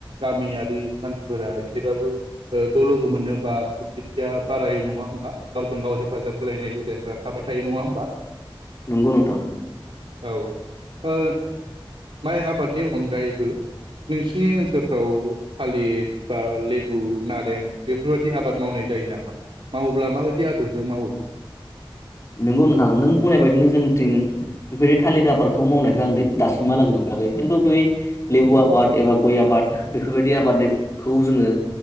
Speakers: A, on the right; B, on the left.
A: गामियारि मानसिफोरा एसेबाबो ओ ज' लोगो मोनो बा खौसेथिया बारायो नङा होमबा? गावजों-गाव हेफाजाब होलायनाय हुदाफ्रा थाबाय थायो नङा होम बा
B: नंगौ नोंथां।
A: औ औ माइ आबादनि अनगायैबो नोंसिनि ओनसोलफ्राव थालिर बा लेबु नारें बेफोरबादि आबाद मावनाय जायो नामा? मावोब्ला माबायदि आदबजों मावो?
B: नंगौ नोंथां नों बुंनाय बायदिनो जोंनिथिं बेफोरबायदि थालिर आबादखौ मावनायखौ आं दासिमहालागै नुफेराखै खिन्थु बै लेबु आबाद एबा गय आबाद बेफोरबायदि आबादखौ जोङो